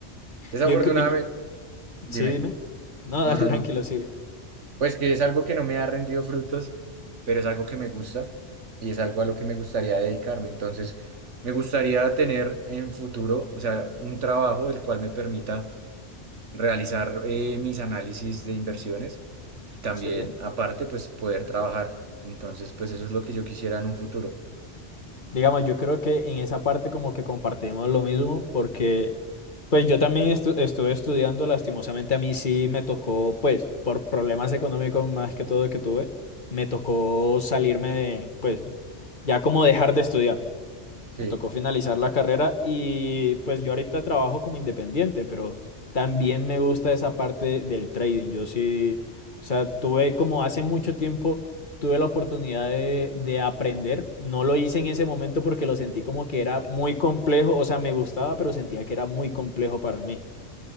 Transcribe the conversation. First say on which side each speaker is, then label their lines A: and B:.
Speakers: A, on the right; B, on the left.
A: Desafortunadamente,
B: Yo, cre- y-
A: dime,
B: sí, dime. No,
A: no,
B: dale,
A: no,
B: <laughs> tranquilo,
A: no,
B: sigue.
A: pues que es algo que no me ha rendido frutos, pero es algo que me gusta y es algo a lo que me gustaría dedicarme. Entonces, me gustaría tener en futuro, o sea, un trabajo el cual me permita realizar eh, mis análisis de inversiones y también,
B: Sí.
A: aparte, pues poder trabajar. Entonces, pues eso es lo que yo quisiera en un futuro.
B: Digamos, yo creo que en esa parte como que compartimos lo mismo porque pues yo también estu- estuve estudiando, lastimosamente a mí sí me tocó, pues por problemas económicos más que todo que tuve, me tocó salirme de, pues ya como dejar de estudiar.
A: Sí,
B: Me tocó finalizar la carrera y pues yo ahorita trabajo como independiente, pero también me gusta esa parte del trading. Yo sí, o sea, tuve como hace mucho tiempo, tuve la oportunidad de, de aprender. No lo hice en ese momento porque lo sentí como que era muy complejo, o sea, me gustaba, pero sentía que era muy complejo para mí.